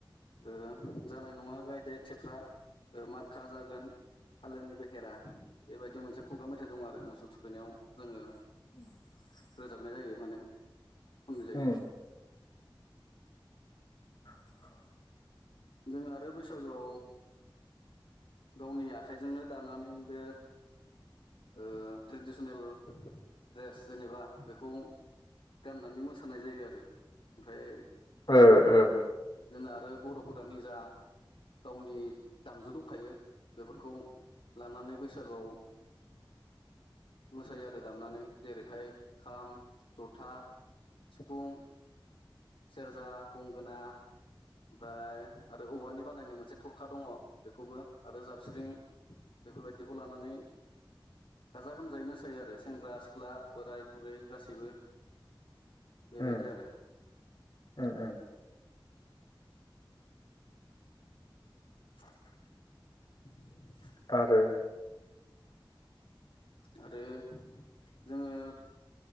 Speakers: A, on the left; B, on the left.
A: ओ जानाय नङा गायदे थेफ्रा ओ मारखा जागोन। फालोनि बेहेरा बेबायदि मोनसे खुगा मेथाइ दं आरो मोसौ थुखैनायाव जोङो
B: <inaudible>
A: रोजाबनाय जायो माने खननाय जायो
B: उम। <inaudible>
A: जों आरो बैसागुआव गावनि आखाइजोंनो दानानै बे ओ ट्रेडिसनेल ड्रेस जेनेबा बेखौ गाननानै मोसानाय जायो आरो ओमफ्राय
B: ओ ओ
A: जोंना आरो बर'फोरा निजा गावनि दामजु दंखायो बेफोरखौ लानानै बैसागोआव मोसायो आरो दामनानै जेरैहाय खाम, जथा, सिफुं सेरजा, गंगोना ओमफ्राय आरो औवानि बानायनाय मोनसे थरखा दङ बेखौबो आरो जाबस्रिं बेफोरबायदिखौ लानानै गाजा गोमजायै मोसायो आरो सेंग्रा सिख्ला बोराय बुरै गासैबो बेबायदि
B: ओ
A: आरो
B: ओ उम
A: <inaudible>
B: आरो
A: आरो जोङो